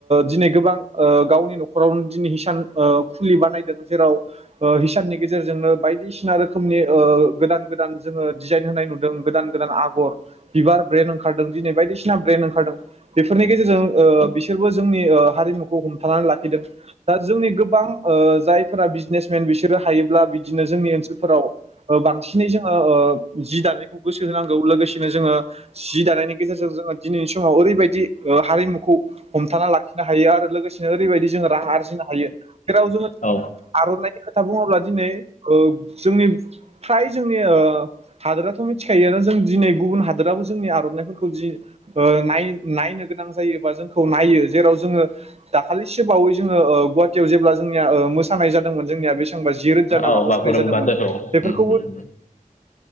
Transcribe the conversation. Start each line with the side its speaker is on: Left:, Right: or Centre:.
Right: दिनै गोबां गावनि न'खरावनो दिनै हिसान खुलि बानायदों जेराव हिसाननि गेजेरजोंनो बायदिसिना रोखोमनि गोदान गोदान जोङो डिजाइन होनाय नुदों गोदान गोदान आगर बिबार ब्रेन ओंखारदों दिनै बायदिसिना ब्रेन ओंखारदों बेफोरनि गेजेरजों ओ बिसोरबो जोंनि ओ हारिमुखौ हमथानानै लाखिदों दा जोंनि गोबां ओ जायफोरा बिजिनेसमेन बिसोरो हायोब्ला बिदिनो जोंनि ओनसोलफोराव बांसिनै जोङो ओ जि दानायखौ गोसो होनांगौ लोगोसेनो जोङो जि दानायनि गेजेरजों जोङो दिनैनि समाव ओरैबायदि ओ हारिमुखौ हमथाना लाखिनो हायो आरो लोगोसेनो ओरैबायदि जोङो राहा आरजिनो हायो जेराव जोङो
Left: औ
Right: आर'नाइनि ख खोथा बुङोब्ला दिनै ओ जोंनि फ्राय जोंनि ओ हादोराथ' मिथिखायो जों दिनै गुबुन हादोराबो जोंनि आर'नाइफोरखौनाय जि ओ नाय नायनो गोनां जायोबा जोंखौ नायो जेराव जोङो दाखालिसो बावै जोङो ओ गुवाहाटियाव जेब्ला जों ओ मोसानाय जादोंमोन जोंनिया बेसेबांबा जिरोजा नामा
Left: औ बागुरुम्बा
Right: मोसानाय जादोंमोन
Left: दोहौ
Right: बेफोरखौबो
Left: उम उम